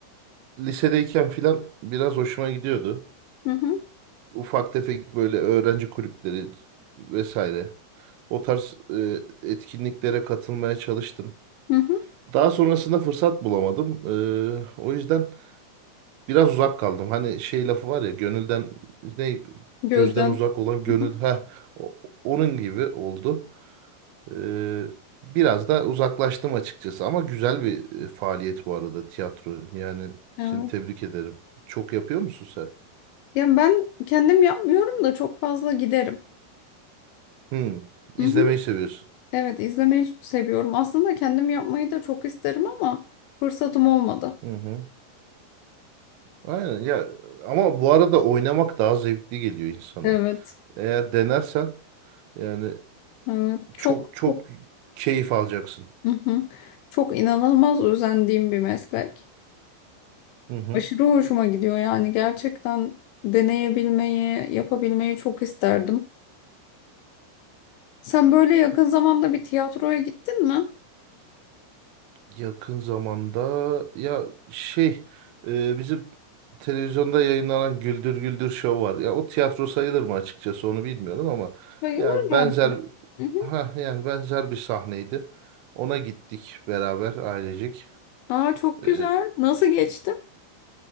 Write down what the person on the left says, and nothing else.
Hı hı,
hı hı.
Gözden.
Hı hı,
Evet.
Ya ben kendim yapmıyorum da çok fazla giderim.
Hı hı.
Evet izlemeyi seviyorum. Aslında kendim yapmayı da çok isterim ama fırsatım olmadı.
Evet.
Evet. Çok
çok
Hı hı. Çok inanılmaz özendiğim bir meslek.
Aşırı hoşuma gidiyor yani gerçekten deneyebilmeyi, yapabilmeyi çok isterdim. Sen böyle yakın zamanda bir tiyatroya gittin mi?
Bayılır
bence.
Hı hı.
Aa çok
güzel. Nasıl geçti?